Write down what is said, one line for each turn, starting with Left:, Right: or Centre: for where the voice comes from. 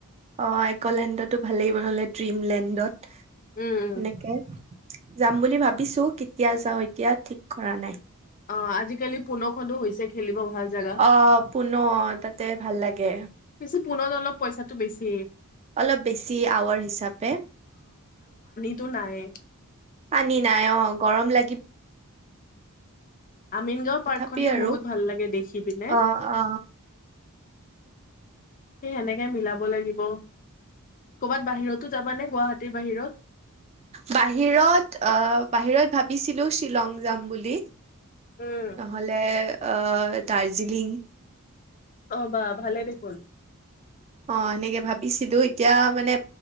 Right: অঁ আইকলেণ্ডত ভাল লাগিব নহলে ড্ৰিমলেণ্ডত
Left: উম উম
Right: এনেকৈ যাম বুলি ভাবিছো কেতিয়া যাও এতিয়া ঠিক কৰা নাই
Left: অঁ আজিকালি পোনখনো হৈছে খেলিব ভাল জাগা
Right: অঁ পুনৰ তাতে ভাল লাগে
Left: বেছি পুনত অলপ পইচাটো বেছি
Right: অলপ বেছি আৱৰ হিচাপে
Left: ত নাই
Right: পানী নাই অঁ গৰম লাগিব
Left: আমিন গাঁও
Right: তথাপি
Left: পাৰ্কখনহে
Right: আৰু
Left: বহুত ভাল লাগে দেখি পিনে সেই
Right: অ অ
Left: সেনেকৈ মিলাব লাগিব কৰ'বাত বাহিৰতো যাবানে গুৱাহাটীৰ বাহিৰত
Right: বাহিৰত আহ বাহিৰত ভাবিছিলো শ্বিলং যাম বুলি
Left: উম
Right: নহলে দাৰ্জিলিং
Left: অঁ বাহ ভালে দেখোন
Right: অঁ সেনেকৈ ভাবিছিলো এতিয়া মানে